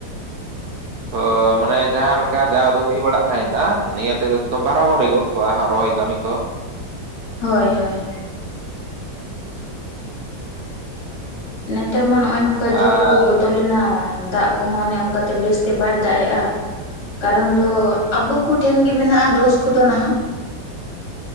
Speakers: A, on the right; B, on the left.
A: ᱦᱳᱭ ᱢᱟᱱᱮ ᱡᱟᱦᱟᱸ ᱞᱮᱠᱟ ᱡᱟᱸᱦᱟ ᱫᱚ ᱦᱩᱭ ᱵᱟᱲᱟᱜ ᱛᱟᱸᱦᱮᱱᱟ ᱱᱤᱭᱟᱹ ᱛᱮᱫᱚ ᱵᱟᱨᱟ ᱵᱟᱨᱤ ᱜᱚᱫ ᱠᱚᱜ ᱦᱟᱸᱜ ᱨᱚᱦᱚᱭ ᱠᱟᱹᱢᱤ ᱠᱚ
B: ᱦᱳᱭ ᱦᱳᱭ ᱱᱮᱛᱟᱨ ᱢᱟ ᱱᱚᱜᱼᱚᱭ ᱱᱚᱝᱠᱟ
A: ᱟᱨ
B: ᱡᱩᱜᱽ ᱠᱚ ᱵᱚᱫ ᱞᱮᱱᱟ ᱫᱟᱜ ᱠᱚᱦᱚᱸ ᱚᱱᱮ ᱚᱱᱠᱟᱛᱮ ᱵᱮᱥᱛᱮ ᱵᱟᱭ ᱫᱟᱜ ᱮᱜᱼᱟ ᱠᱟᱨᱚᱱ ᱫᱚ ᱟᱵᱚ ᱠᱚᱴᱷᱮᱱ ᱜᱮ ᱢᱮᱱᱟᱜᱼᱟ ᱫᱳᱥ ᱠᱚᱫᱚ ᱱᱟᱦᱟᱜ